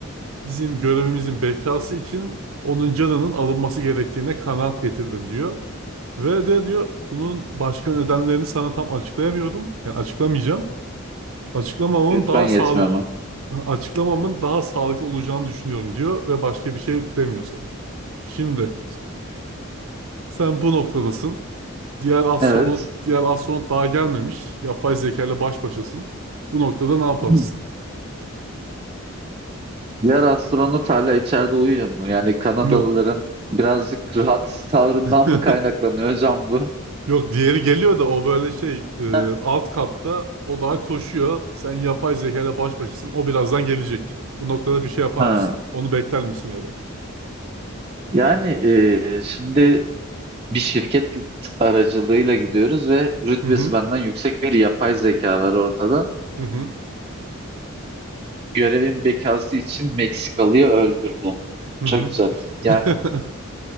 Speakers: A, on the right; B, on the right.
A: Bizim görevimizin bekası için onun canının alınması gerektiğine kanaat getirdim diyor. Ve de diyor bunun başka nedenlerini sana tam açıklayamıyorum. Yani açıklamayacağım. Açıklamamın
B: Lütfen
A: daha
B: yetmiyor
A: sağlıklı
B: ama.
A: Açıklamamın daha sağlıklı olacağını düşünüyorum diyor ve başka bir şey demiyor sana. Şimdi sen bu noktadasın. Diğer astronot,
B: Evet.
A: diğer astronot daha gelmemiş. Yapay zeka ile baş başasın. Bu noktada ne yaparsın?
B: Hı. Diğer astronot hala içeride uyuyor mu? Yani Kanadalıların
A: Yok.
B: birazcık rahat tavrından
A: <laughs>
B: mı kaynaklanıyor hocam bu?
A: Yok diğeri geliyor da o böyle şey e,
B: Ha.
A: alt katta o daha koşuyor. Sen yapay zeka ile baş başasın. O birazdan gelecek. Bu noktada bir şey yapar
B: Ha.
A: mısın? Onu bekler misin ya da?
B: Yani e, şimdi bir şirket aracılığıyla gidiyoruz ve rütbesi
A: Hı hı.
B: benden yüksek bir yapay zeka var ortada.
A: Hı hı.
B: görevin bekası için Meksikalı'yı öldürdü.
A: Hı
B: Çok
A: hı.
B: güzel. Yani
A: <laughs>